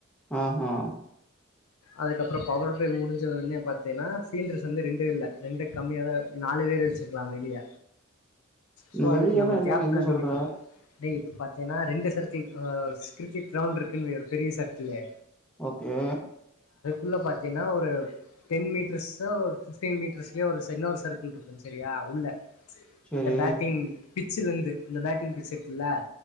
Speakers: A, in the centre; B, on the left.
A: ஆஹா.
B: அதுக்கப்புறம் பவர் பிளே முடிஞ்சவொன்னே பத்தேன்னா ஃபீல்டர்ஸ் வந்து ரெண்டு இல்ல ரெண்டு கம்மியாதான் நாலு பேர் வச்சுக்கலாம் வெளிய
A: இந்த
B: ஸோ
A: வெளியன்னா
B: அதுக்கு நம்ம
A: என்னங்க
B: கேப்பு
A: எங்க
B: கண்டுபிடிக்கறது
A: சொல்ற?
B: டேய் பாத்தேன்னா ரெண்டு சர்க்கிள் ஆஹ் கிரிக்கெட் கிரவுண்ட் இருக்குன்னு வை ஒரு பெரிய சர்க்குளு
A: ஓகே
B: உள்ள பாத்தேன்னா ஒரு டென் மீட்டர்ஸோ ஒரு ஃபிஃப்டீன் மீட்டர்ஸ்லயோ ஒரு ச இன்னொரு சர்க்கிள் இருக்கும் சரியா உள்ள
A: சேரி
B: அந்த பேட்டிங் பிச்சுல இருந்து அந்த பேட்டிங் பிச்சு இருக்குல